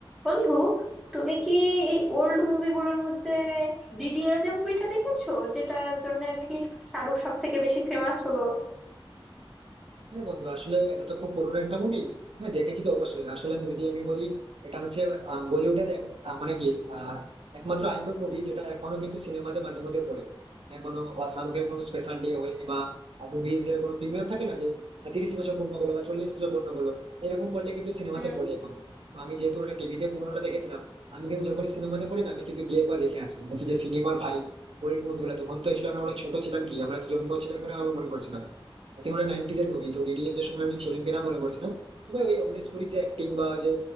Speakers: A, in the centre; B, on the right.
A: বন্ধু তুমি কি এই ওল্ড মুভিগুলোর মধ্যে ডিডিএল যে মুভিটা দেখেছো যেটার জন্য আর কি শাহরুখ সব থেকে বেশি ফেমাস হলো
B: হ্যাঁ বন্ধু আসলে এটা তো খুব পুরোনো একটা মুভি হ্যাঁ দেখেছি তো অবশ্যই আসলে যদি আমি বলি এটা হচ্ছে আহ, বলিউডের এক- আহ, মানে কি আহ, একমাত্র আইকন মুভি যেটা এখনো কিন্তু সিনেমাতে মাঝে মধ্যে পড়ে হ্যাঁ কোনো আহ, শাহরুখের কোনো স্পেশাল ডে হলে বা মুভির যে কোনো প্রিমিয়ার থাকে না যে তিরিশ বছর পূর্ণ হলো বা চল্লিশ বছর পূর্ণ হলো এরকম করলে কিন্তু সিনেমাতে
A: হুম
B: পড়ে এখন তো আমি যেহেতু ওটা টিভিতে পুরোনোটা দেখেছিলাম আমি কিন্তু যখনই সিনেমাতে পড়ি না আমি কিন্তু গিয়ে একবার দেখে আসি বলছি যে সিনেমার ভাই ওল্ড মুভিগুলো তখন তো এসেছিল আমরা অনেক ছোট ছিলাম কি আমরা তো জন্ম ছিলাম কিনা আমি মনে করছিলাম আই থিঙ্ক ওটা নাইনটিজ এর মুভি তো ডিডিএস এর সময় আমি ছিলাম কিনা মনে পড়ছে না তবে ওই অমরেশ পুরীর যে অ্যাক্টিং বা ওই যে